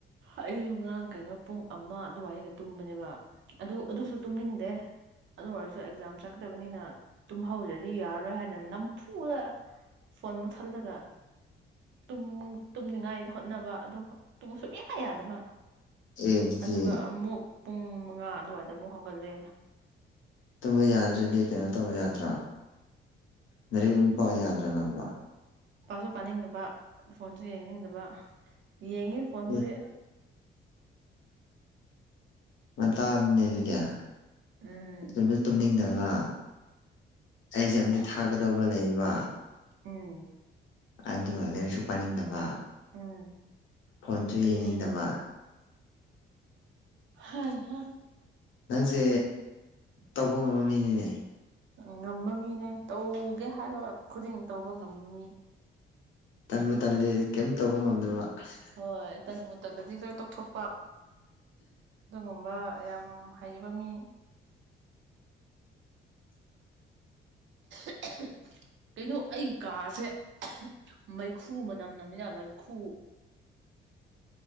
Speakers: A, on the right; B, on the left.
A: ꯑꯩꯁꯨ ꯉꯔꯥꯡ ꯀꯩꯅꯣ ꯄꯨꯡ ꯑꯃ ꯑꯗꯨꯋꯥꯏꯗ ꯇꯨꯝꯕꯅꯦꯕ ꯑꯗꯨ ꯑꯗꯨꯁꯨ ꯇꯨꯝꯅꯤꯡꯗꯦ꯫ ꯑꯗꯨ ꯑꯣꯏꯔꯁꯨ ꯑꯦꯛꯖꯥꯝ ꯆꯛꯀꯗꯕꯅꯤꯅ ꯇꯨꯝꯍꯧꯗ꯭ꯔꯗꯤ ꯌꯥꯔꯔꯣꯏ ꯍꯥꯏꯅ ꯅꯝꯐꯨꯗ ꯐꯣꯟ ꯃꯨꯠꯊꯠꯂꯒ ꯇꯨꯝ ꯇꯨꯝꯅꯤꯡꯉꯥꯏ ꯍꯣꯠꯅꯕ ꯑꯗꯣ ꯇꯨꯝꯃꯨ ꯁꯨꯡꯌꯥ ꯌꯥꯗꯕ
B: ꯑꯦ ꯑꯗꯨꯗꯤ
A: ꯑꯗꯨꯒ ꯑꯃꯨꯛ꯫ ꯄꯨꯡ ꯃꯉꯥ ꯑꯗꯨꯋꯥꯏꯗ ꯑꯃꯨꯛ ꯍꯧꯒꯠꯂꯦ꯫
B: ꯇꯨꯝꯕ ꯌꯥꯗ꯭ꯔꯗꯤ ꯀꯩꯅꯣ ꯇꯧꯕ ꯌꯥꯗ꯭ꯔꯥ ꯂꯥꯢꯔꯤꯛ ꯑꯃꯨꯛ ꯄꯥ ꯌꯥꯗ꯭ꯔꯥ ꯅꯪꯕꯣ꯫
A: ꯄꯥꯁꯨ ꯄꯥꯅꯤꯡꯗꯕ ꯐꯣꯟꯁꯨ ꯌꯦꯡꯅꯤꯡꯗꯕ ꯌꯦꯡꯉꯤ ꯐꯣꯟꯕꯨꯗꯤ꯫
B: ꯑꯦ ꯉꯟꯇꯥ ꯅꯦ <unintelligible> ꯑꯗꯨꯗꯤ
A: ꯎꯝ
B: ꯇꯨꯝꯖꯨ ꯇꯨꯝꯅꯤꯡꯗꯕ ꯑꯩꯖꯥꯝ ꯗꯤ ꯊꯥꯒꯗꯧꯕ ꯂꯩꯕ
A: ꯎꯝ
B: ꯑꯗꯨꯒ ꯂꯥꯏꯔꯤꯛꯁꯨ ꯄꯥꯅꯤꯡꯗꯕ
A: ꯎꯝ
B: ꯐꯣꯟꯁꯨ
A: ꯑꯗꯨꯅꯦ
B: ꯌꯦꯡꯅꯤꯡꯗꯕ
A: ꯍꯥꯢ ꯍꯥ
B: ꯅꯪꯁꯦ ꯇꯧꯕ ꯉꯝꯕ ꯃꯤꯅꯤꯅꯦ
A: ꯉꯝꯕ ꯃꯤꯅꯦ ꯇꯧꯒꯦ ꯍꯥꯏꯕꯒ ꯈꯨꯗꯤꯡ ꯇꯧꯕ ꯉꯝꯕ ꯃꯤ
B: ꯇꯟꯕꯨ ꯇꯜꯂꯤ ꯀꯩꯝ ꯇꯧꯕ ꯉꯝꯗꯕ ꯑꯁ
A: ꯍꯣꯏ ꯇꯟꯕꯨꯨ ꯇꯜꯂꯗꯤ ꯂꯣꯏ ꯇꯣꯛꯊꯣꯛꯄ ꯑꯗꯨꯒꯨꯝꯕ ꯌꯥꯝ ꯍꯩꯕ ꯃꯤ <unintelligible> ꯀꯩꯅꯣ ꯑꯩꯒꯤ ꯀꯥꯁꯦ <unintelligible> ꯃꯩꯈꯨ ꯃꯅꯝ ꯅꯝꯃꯤꯗ ꯃꯩꯈꯨ